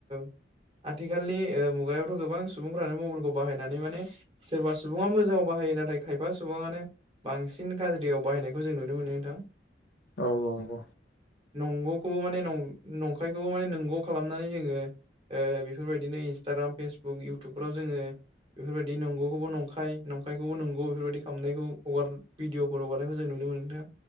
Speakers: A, on the right; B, on the left.
A: <inaudible> आथिखालनि ओ मुगायावथ' गोबां सुबुंफ्रानो मबाइलखौ बाहायनानै माने सोरबा सुबुङा मोजाङाव बाहायो नाथ नाथाय खायफा सुबुंआनो बांसिन गाज्रियाव बाहायनायखौ जों नुनो मोनो नोंथां।
B: औ औ नंगौ।
A: नंगौखौबो माने नं-नंखायखौबो माने नंगौ खालामनानै जोङो। ओ बेफोरबायदिनो इन्सटाग्राम फेसबुक इउटुबफ्राव जोङो। बेफोरबायदि नंगौखौबो नंखाय नंखायखौबो नंगौ बेफोरबायदि खामनायखौबो। हगार भिडिअ'फोर हगारनायखौ जों नुनो मोनदों